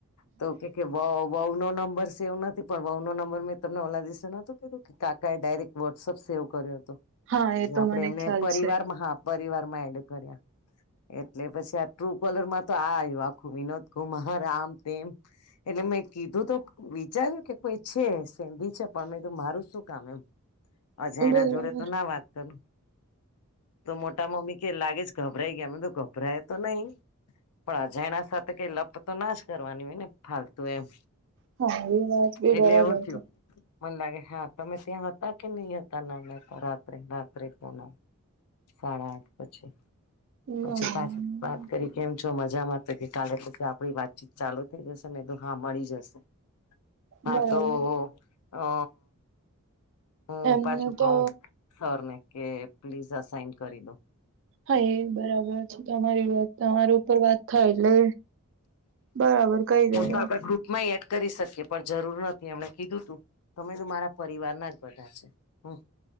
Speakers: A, on the left; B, on the right.
A: તો કે વ વહુ નો નંબર છે એવ નથ પણ વહુ નંબર મેં તમને ઓલા દિસે નોતોું કધું કે કાકાએ ડાયરેક્ટ વોટ્સઅપ સેવ કર્યો હતો.
B: હા એ
A: જે
B: તો
A: આપડે
B: મને
A: એમને
B: ખ્યાલ
A: પરિવારમાં
B: છે.
A: હા પરિવાર માં એડ કર્યા એટલે પછી આ ટ્રુ કલર માં તો આ આખું વિનોદ કુમાર રામદેવ એટલે મેં કીધું તો વિચાર કોઈ છે સેંધી છે પણ મે મારું શું કામ એમ અજાણ્યા
B: બરાબર
A: એના જોડે તો ના વાત કરું. તો મોટા મમ્મી કે લાગે જ ગભરાઈ ગયા મેં કીધું ગભરાય તો નહી. પણ અજાણ્યા સાથે કઈ લપ તો ના જ કરવાની હોય ને ફાલતુ. તું એમ
B: હા એ વાત બી
A: એટલે
B: બરાબર
A: એવું થયું. મને લાગે હા તમે ત્યાં હતા કે નહી હતા નામ હતા રાત્રે રાત્રે તો ના સાડા આઠ પછી
B: તમારી
A: પછી
B: હમ.
A: પા વાત કરી કેમ છો મજામાં તો કે કાલે પછી આપડી વાતચીત ચાલુ થઈ જશે મે તો હા મળી જશે. હા
B: બરાબર
A: તો અ. હું
B: એમનું
A: પાછું કઉ
B: તો
A: સર ને કે પ્લીઝ આ સાાઈન કરી દો.
B: હા એ બરાબર છે તમારી વાત તમારી ઉપર વાત થાય એટલે બરાબર કઈ દેવાય.
A: એમ તો આપણે ગ્રુપમાં એ એડ કરી શકીએ પણ જરૂર નથી એમણે કીધું તું તમે તો મારા પરિવાર ના જ બધા છે. હમ્મ.